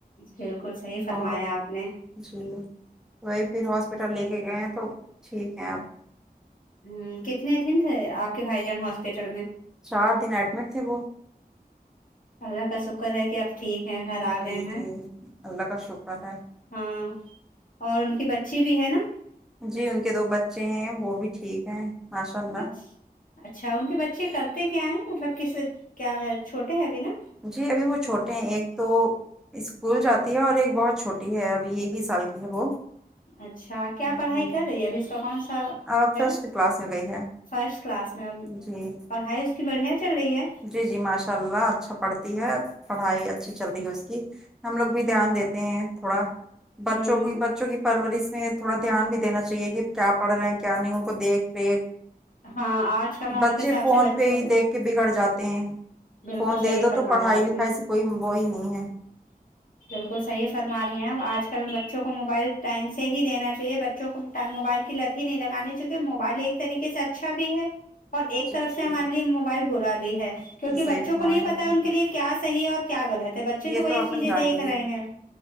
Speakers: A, on the left; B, in the centre.
A: بالکل صحیح فرمایا
B: بہت
A: آپ نے
B: جی وہی پھر ہاسپٹل لے کے گئے ہیں تو ٹھیک ہے اب
A: ہوں کتنے دن تھے آپ کے بھائی جان ہاسپٹل میں
B: چار دن اڈمیٹ تھے وہ
A: اللہ کا شکر ہے کہ اب ٹھیک ہیں گھر آ
B: جی
A: گئے ہیں
B: جی اللہ کا شکر ہے
A: ہاں اور ان کی بچی بھی ہے نا
B: جی ان کے دو بچے ہیں وہ بھی ٹھیک ہیں ماشاء اللہ
A: اچھ اچھا ان کے بچے کرتے کیا ہیں مطلب کس کیا ہے چھوٹے ہیں ابھی نا
B: جی ابھی وہ چھوٹے ہیں ایک تو اسکول جاتی ہے اور ایک بہت چھوٹی ہے ابھی ایک ہی سال کی ہے وہ
A: اچھا کیا
B: جی
A: پڑھائی کر رہی ہے ابھی اس کا کون سا
B: آپ فرسٹ
A: ہے
B: کلاس میں گئی ہے
A: فرسٹ کلاس میں ا
B: جی
A: پڑھائی اس کی بڑھیا چل رہی ہے
B: جی جی ماشاء اللہ اچھا پڑھتی ہے پڑھائی اچھی چل رہی ہے اس کی ہم لوگ بھی
A: ہ
B: دھیان دیتے ہیں تھوڑا بچوں
A: ہ
B: کی بچوں کی پرورش میں تھوڑا دھیان بھی دینا چاہیے کہ کیا پڑھ رہے ہیں کیا نہیں ان کو دیکھ
A: ہاں آج کا ماحول
B: بچے
A: کے حساب
B: فون
A: سے بچوں
B: پہ ہی
A: کو
B: دیکھ کے بگڑ جات
A: بالکل
B: فون
A: صحیح
B: دے دو
A: فرمایا
B: تو پڑھائی
A: آپ
B: لکھائی
A: نے
B: سے کوئی وہ ہی نہیں ہے
A: بالکل صحیح فرما رہی ہیں آج کل بچوں کو موبائل ٹائم سے ہی دینا چاہیے ب چوں موبائل کی لت ہی نہیں لگانی کہ موبائل ایک طریقے سے اچھا بھی ہے اور ایک
B: جی
A: طرف سے
B: جی
A: ہمارے لیے موبائل برا بھی ہے کیونکہ
B: جی
A: بچوں
B: صحیح فرمایا
A: کو نہیں پتا
B: آپ
A: ہے
B: نے
A: ان کے لیے کیا صحیح ہے اور کیا غلط بچے تو
B: یہ
A: وہی
B: اپن
A: چیزیں
B: جائیں
A: دیکھ
B: گے
A: رہے ہیں